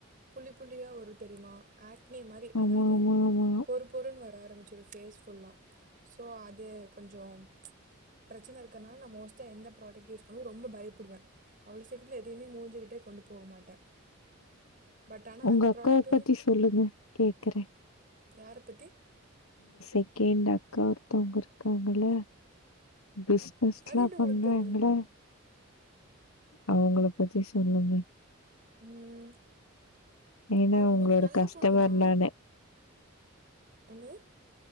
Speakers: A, on the right; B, on the left.
A: புள்ளி புள்ளியா வரு தெரியுமா ஆக் ஆக்னி மாரி,
B: ஆமா,
A: அதாவது
B: ஆமா, ஆமா.
A: பொறு பொறுன்னு வர ஆரம்பச்சிரு ஃபேஸ் சொல்லா, சோ அது கொஞ்சு, ப்ச் பிரச்சனை இருக்கனால நா மோஸ்ட்டா எந்த ப்ராடக்ட்டு யூஸ் பண்ணவு ரொம்ப பயப்படுவே அவ்வளவு சீக்கிரத்தில எதையுமே மூஞ்சுில கொண்டு போக மாட்டே பட் ஆனா
B: உங்க
A: அந்த
B: அக்காவ
A: ப்ராடக்ட்
B: பத்தி
A: வந்து
B: சொல்லுங்க, கேக்கறே..
A: யார பத்தி
B: சேக்கேண்ட் அக்கா ஒருத்தவங்க இருக்காங்கில்ல பிஸ்னஸ்லா
A: அது எப்டி உங்களுக்கு
B: பண்றாங்கிள்ளே
A: தெரியு
B: அவங்கள பத்தி சொல்லுங்க,
A: ம்
B: ஏன்னா
A: அவங்க
B: உங்ளோட
A: கொஞ்சோ நல்ல
B: கஸ்டமர்
A: பொண்ணு தா
B: நானு
A: என்னது